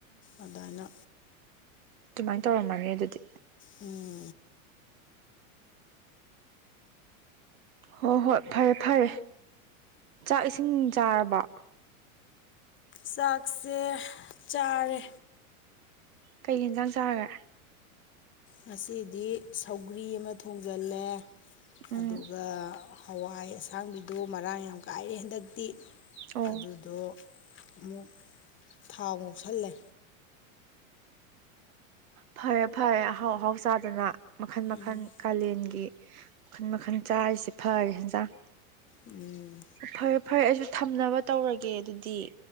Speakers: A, on the left (about 30°); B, on the right (about 80°).
A: ꯑꯗꯨꯃꯥꯏꯅ
B: ꯑꯗꯨꯃꯥꯏꯟ ꯇꯧꯔꯝꯃꯅꯤ ꯑꯗꯨꯗꯤ
A: ꯎꯝ
B: ꯍꯣ ꯍꯣꯏ ꯐꯔꯦ ꯐꯔꯦ ꯆꯥꯛ ꯏꯁꯤꯡ ꯆꯥꯔꯕꯣ
A: ꯆꯥꯛꯁꯦ ꯆꯥꯔꯦ
B: ꯀꯩ ꯍꯦꯟꯖꯥꯡ ꯆꯥꯔꯒꯦ
A: ꯉꯁꯤꯗꯤ ꯁꯧꯒ꯭ꯔꯤ ꯑꯃ ꯊꯣꯡꯖꯜꯂꯦ
B: ꯎꯝ
A: ꯑꯗꯨꯒ ꯍꯋꯥꯏ ꯑꯁꯥꯡꯕꯤꯗꯣ ꯃꯔꯥꯡ ꯌꯥꯝ ꯀꯥꯏꯔꯦ ꯍꯟꯗꯛꯇꯤ
B: ꯑꯣ
A: ꯑꯗꯨꯗꯣ ꯑꯃꯨꯛ ꯊꯥꯎ ꯉꯧꯁꯜꯂꯦ
B: ꯐꯔꯦ ꯐꯔꯦ ꯑꯍꯥꯎ ꯑꯍꯥꯎ ꯆꯥꯗꯅ ꯃꯈꯟ ꯃꯈꯟ
A: ꯎꯝ
B: ꯀꯥꯂꯦꯟꯒꯤ ꯃꯈꯟ ꯃꯈꯟ ꯆꯥꯔꯤꯁꯦ ꯐꯔꯦ ꯍꯦꯟꯖꯥꯡ
A: ꯎꯝ
B: ꯐꯔꯦ ꯐꯔꯦ ꯑꯩꯁꯨ ꯊꯝꯅꯕ ꯇꯧꯔꯒꯦ ꯑꯗꯨꯗꯤ